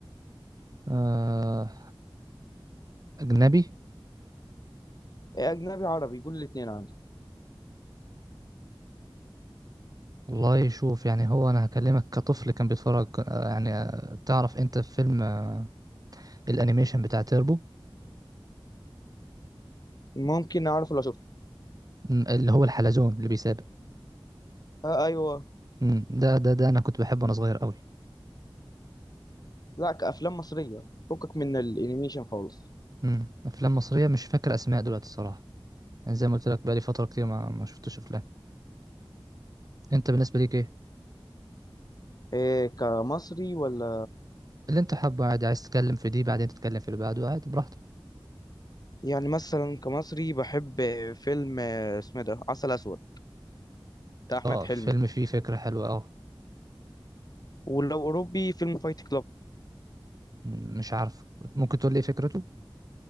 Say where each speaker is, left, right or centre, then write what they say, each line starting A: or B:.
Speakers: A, on the right; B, on the left.
A: آه... اجنبي
B: إيه اجنبي عربي قول الاثنين عندي
A: والله شوف يعني هو انا هكلمك كطفل كان بيتفرج آه، يعني آه، تعرف انت فيلم آه، الانيميشن بتاع تيربو
B: ممكن اعرف لو شفته
A: م، اللي هو الحلزون اللي بيسابق
B: آه ايوه
A: م، ده ده ده انا كنت بحبه وانا صغير قوي
B: لا كافلام مصريه فكك من الانيميشن خالص
A: امم افلام مصريه مش فاكر اسماء دلوقتي الصراحه يعني زي ما قلت لك بقالي فتره كتير ما ما شفتش افلام انت بالنسبه ليك ايه
B: إيه كمصري ولا
A: اللي انت حابه عادي عايز تتكلم في دي بعدين تتكلم في اللي بعده عادي براحتك
B: يعني مثلا كمصري بحب فيلم آه، اسمه ده عسل اسود بتاع احمد
A: اه
B: حلمي
A: فيلم فيه فكره حلوه اه
B: ولو اوروبي فيلم فايت كلاب
A: مم، مش عارف ممكن تقول لي ايه فكرته